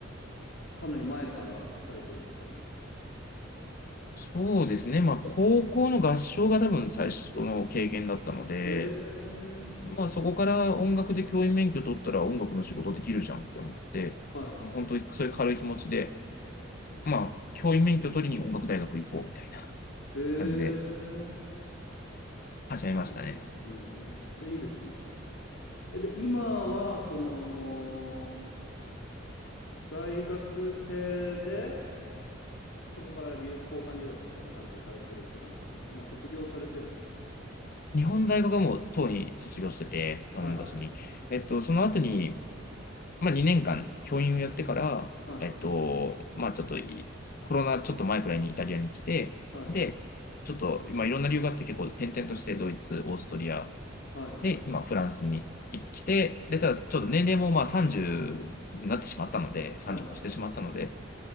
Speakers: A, on the left; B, on the left.
A: かなり前からされてるんですかね。
B: そうですね。まあ、高校の合唱が多分最初の経験だったので、
A: へえ、
B: まあそこから音楽で教員免許取ったら音楽の仕事できるじゃんって思って、
A: はい。
B: まあ、本当にそういう軽い気持ちで、まあ教員免許取りに音楽大学行こうみたいな
A: へえ、
B: 感じで
A: そうなんですね。
B: 始めましたね。
A: めっちゃいいですね。え、で、今は、その、大学生で、そこから留、交換留学みたいな感じでされてるって感じなんですかもう卒業されてるんですかね
B: 日本大学はもうとうに卒業してて、その昔に。
A: はい、
B: えっと、その後に、まあ2年間教員をやってから、
A: はい、
B: えっと、まあちょっといコロナちょっと前くらいにイタリアに来て、
A: はい、
B: で、ちょっと、まあいろんな理由があって結構転々としてドイツ、オーストリア、
A: はい、
B: で、今、フランスに来て、で、ただ、ちょっと年齢もまあ30になってしまったので、
A: はい、
B: 30越してしまったので、